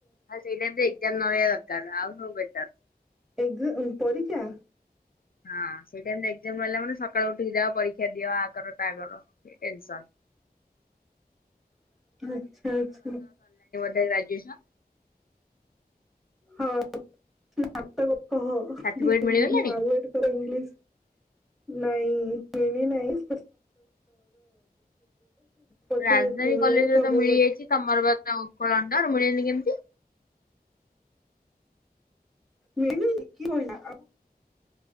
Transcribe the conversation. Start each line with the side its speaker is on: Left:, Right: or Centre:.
Left: ଆଉ ସେଇ ଟାଇମରେ ଏକ୍ଜାମ ନ ରହିବା ଦରକାର ଆଉ ସବୁ ବେକାର।
Centre: ଏଗ ଉ ପରୀକ୍ଷା।
Left: ହଁ। ସେଇ ଟାଇମ୍ ରେ ଏକ୍ଜାମ ରହିଲା ମାନେ ସକାଳୁ ଉଠିକି ଯାଅ ପରୀକ୍ଷା ଦିଅ ଆ କର ତା କର ଏ ଟେନସନ୍।
Centre: <unintelligible>
Left: ରାଜ୍ୟୁସନ୍
Centre: ହଁ। <inaudible> ହଁ ହଁ ହ <unintelligible>
Left: ସାର୍ଟିଫିକେଟ ମିଳିଗଲାଣି
Centre: ମୁଁ ଆଭଏଡ କରେ ଇଂଲିଶ ନାଇଁ ମିଳୁ ନାହିଁ <inaudible> ପଛେ
Left: ରାଜଧାନୀ କଲେଜରେ
Centre: ଲେଟ୍ ହବ
Left: ତ ମିଳିଯାଇଛି
Centre: ବୋଧେ
Left: ତମରବା ତ ଉପର ଅଂଡର ମିଳିନି କେମିତି?
Centre: ମିଳିନି କିଏ ବୋଲିଲା